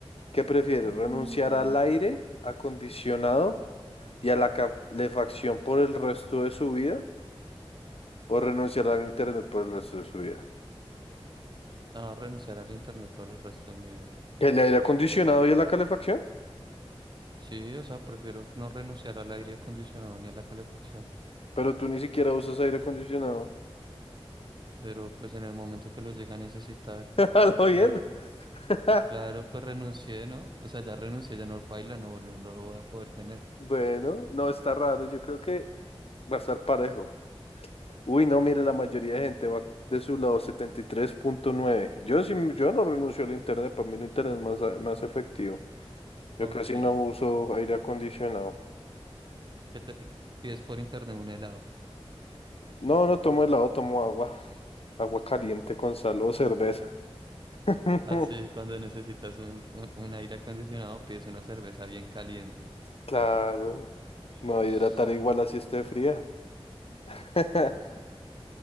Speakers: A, on the left; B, on the right.
A: ¿qué prefieres?
B: Ah,
A: ¿Renunciar al aire acondicionado y a la calefacción por el resto de su vida o renunciar al internet por el resto de su vida?
B: a renunciar al internet por el resto de mi vida.
A: ¿El aire acondicionado y a la calefacción?
B: Sí, o sea, prefiero no renunciar al aire acondicionado ni a la calefacción.
A: Pero tú ni siquiera usas aire acondicionado.
B: Pero pues en el momento que lo llegue a necesitar,
A: <laughs> ¿Lo bien?
B: ya, re-
A: <laughs>
B: claro, pues renuncié, ¿no? O sea, ya renuncié, ya no baila, no, lo- no lo voy a poder tener.
A: Bueno, no está raro. Yo creo que Va a estar parejo. Uy, no, mire, la mayoría de gente va de su lado setenta y tres punto nueve, Yo sí, yo no renuncio al internet, para mí el internet es más, más efectivo. Yo
B: Ok.
A: casi
B: ¿Qué
A: no uso aire acondicionado.
B: te pides por internet un helado?
A: No, no tomo helado, tomo agua, agua caliente con sal o cerveza. <laughs>
B: Así, cuando necesitas un, un, un aire acondicionado, pides una cerveza bien caliente.
A: Claro,
B: Ush.
A: me voy a hidratar igual así esté fría.
B: Nah.
A: <laughs>
B: <laughs>